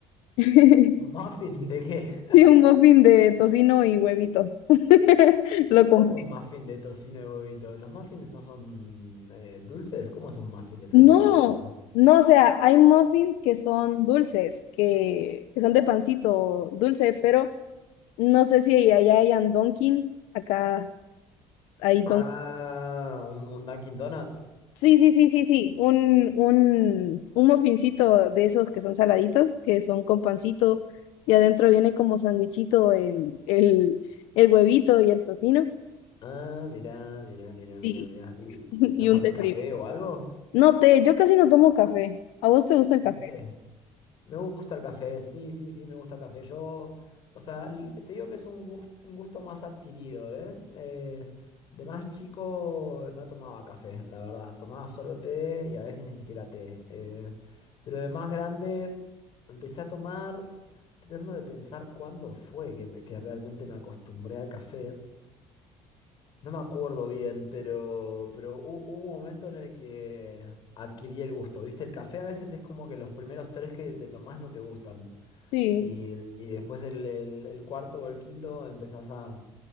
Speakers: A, on the left (about 85°); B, on the left (about 50°).
A: <laughs>
B: ¿Un muffin de qué? <laughs>
A: Sí, un muffin de tocino y huevito. <laughs> Lo compré.
B: ¿Cómo un muffin de tocino y huevito? ¿Los muffins no son eh, dulces? ¿Cómo es un muffin de tocino
A: No,
B: y huevito?
A: no, o sea, hay muffins que son dulces, que, que son de pancito dulce, pero no sé si allá hayan Dunkin', acá hay Dunkin'.
B: Ah, un, un Dunkin' Donuts.
A: Sí, sí, sí, sí, sí. Un, un, un mofincito de esos que son saladitos, que son con pancito, y adentro viene como sandwichito en el, el huevito y el tocino.
B: Ah, mirá, mirá, mirá, mirá,
A: Sí,
B: mirá. ¿Y
A: <laughs>
B: tomaste
A: y un té
B: café
A: frío.
B: o algo?
A: No té, yo casi no tomo café. ¿A vos te gusta
B: Un
A: el café?
B: té. Me gusta el café, sí, sí, sí, me gusta el café. Yo, o sea, l- te digo que es un gusto, un gusto más adquirido, ¿eh? Eh, de más chico no tomaba café, la verdad. Tomaba solo té y a veces ni siquiera té. eh, pero de más grande empecé a tomar, tratando de pensar cuándo fue que, me- que realmente me acostumbré al café. No me acuerdo bien, pero, pero hu- hubo un momento en el que adquirí el gusto, ¿viste? El café a veces es como que los primeros tres que te tomás no te gustan.
A: Sí.
B: Y, y después el, el- el cuarto o el quinto empezás a,